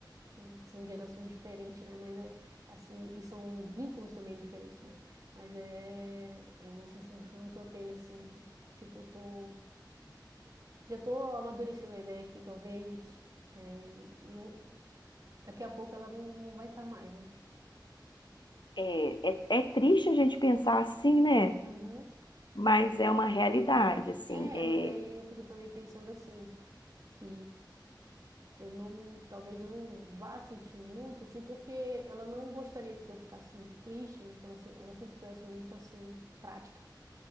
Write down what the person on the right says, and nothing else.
É, São gerações diferentes, né? Mas é assim, e são vínculos também diferentes, né? Mas é, é uma sensação que eu tenho assim de tipo, eu tô já tô amadurecendo a ideia que talvez é, não- daqui a pouco ela não, não vai estar mais, né?
Uhum.
É,
mas aí eu fico também pensando assim, que eu não, talvez eu não vá sentir muito, assim, porque ela não gostaria que eu ficasse muito triste, né? Porque ela, se- ela sempre foi, assim, muito, assim, prática.